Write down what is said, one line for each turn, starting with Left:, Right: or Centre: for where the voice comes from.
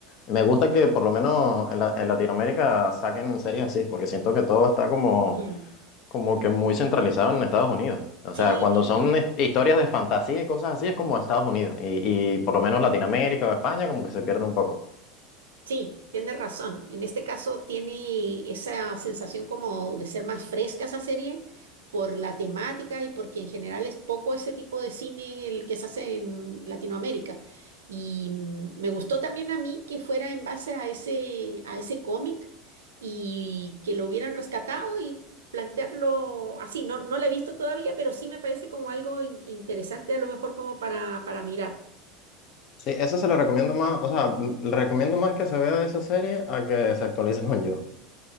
Left: Y me gusta que por lo menos en, la- en Latinoamérica saquen series así, porque siento que todo está como,
Right: mm,
Left: como que muy centralizado en Estados Unidos. O
Right: sí,
Left: sea, cuando son his- historias de fantasía y cosas así, es como Estados Unidos. Y, y por lo menos Latinoamérica o España como que se pierde un poco.
Right: Sí, tienes razón. En este caso tiene esa sensación como de ser más fresca esa serie por la temática y porque en general es poco ese tipo de cine el que se hace en Latinoamérica. Y mm, me gustó también a mí que fuera en base a ese, a ese cómic y que lo hubieran rescatado y plantearlo así. No, no lo he visto todavía, pero sí me parece como algo in- interesante a lo mejor como para, para mirar.
Left: Sí, eso se le recomiendo más, o sea, m- le recomiendo más que se vea esa serie a que se actualice <laughs> con You.